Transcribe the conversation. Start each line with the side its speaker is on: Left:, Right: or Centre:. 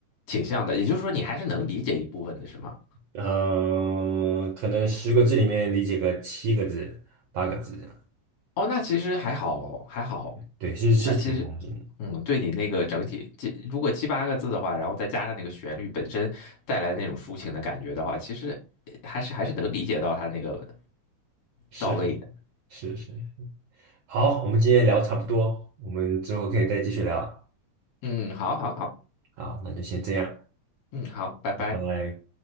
Left: 挺像的。也就是说，你还是能理解一部分的，是吗？
Right: 嗯，呃可能十个字里面理解个七个字、八个字这样，
Left: 哦，那其实还好哦还好。
Right: 对，是是挺像的，
Left: 那其实，嗯，对你那个整体，这如果七八个字的话，然后再加上那个旋律本身带来的那种抒情的感觉的话，其实呃还是还是能理解到他那个
Right: 是
Left: 到位的。
Right: 是是。好，我们今天聊差不多，我们之后可以再继续聊。
Left: 嗯，好，好，好，
Right: 好，那就先这样，
Left: 嗯，好，拜拜。
Right: 拜拜。